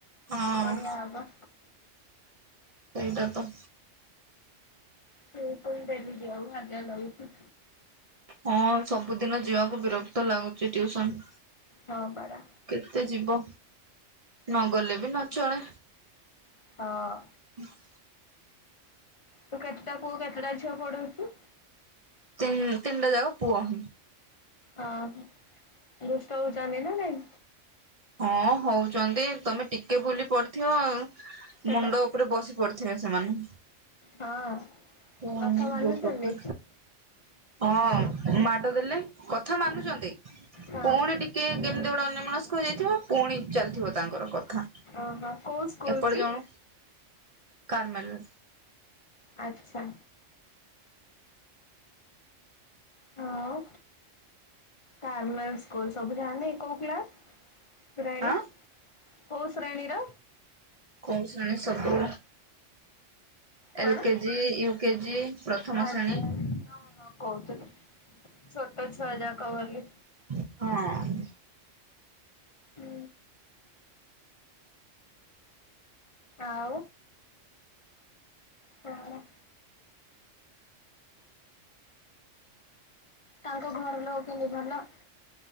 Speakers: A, on the right (about 35°); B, on the left (about 45°).
A: ହଁ
B: ବଢିଆ ହବ।
A: ସେଇଟା ତ।
B: ସେଇ ପାଇଁ ଡେଲି ଯାଉ ହାଲିଆ ଲାଗୁଛି।
A: ହଁ ସବୁଦିନ ଯିବାକୁ ବିରକ୍ତ ଲାଗୁଛି ଟିଉସନ।
B: ହଁ ପରା।
A: କେତେ ଯିବ, ନଗଲେ ବି ନ ଚଳେ।
B: ହଁ।
A: <inaudible>
B: ତୁ କେତେଟା ପୁଅ କେତେଟା ଝିଅ ପଢ଼ଉଛୁ?
A: ତିନ ତିନିଟା ଜାକ ପୁଅ।
B: ଅହ ଦୁଷ୍ଟ ହଉଛନ୍ତି ନା ନାଇଁ?
A: ହଁ ହଉଛନ୍ତି ତମେ ଟିକେ ବୁଲି ପଡିଥିବ
B: ହଁ
A: ମୁଣ୍ଡ ଉପରେ ବସି ପଡିଥିବେ ସେମାନେ।
B: ହଁ
A: କୁହନି
B: କଥା ମାନୁଚନ୍ତି?
A: ଯୋଉ ପ୍ରକାର ହଁ ମାଡ ଦେଲେ, କଥା ମାନୁଚନ୍ତି।
B: ହଁ।
A: ପୁଣି ଟିକେ କେମିତି ଗୋଟେ ଅନ୍ୟ ମନସ୍ ଯାଇଥିବ ପୁଣି ଚାଲିଥିବ ତାଙ୍କର କଥା
B: ଓହୋ କୋଉ ସ୍କୁଲ
A: ଏପଟେ
B: କି
A: ଜଣ କାରମେଲ।
B: ଆଚ୍ଛା। ହଁ କାରମେଲ ସ୍କୁଲ ସବୁ ଯାନ୍ତିି, କୋଉ କ୍ଲାସ? ଶ୍ରେଣୀ
A: ଆଁ
B: କୋଉ ଶ୍ରେଣୀର?
A: କଉ ଶ୍ରେଣୀ ସବୁ ଏଲ
B: କଣ?
A: କେଜି ୟୁ କେଜି ପ୍ରଥମ
B: ଆଚ୍ଛା।
A: ଶ୍ରେଣୀ
B: କହୁଥିଲେ। ଛୋଟ ଛୁଆ ଯା କହନ୍ତି।
A: ହଁ।
B: ହୁଁ। ଆଉ। ହଁ। ତାଙ୍କ ଘର ଲୋକ କେମିତି ଭଲ?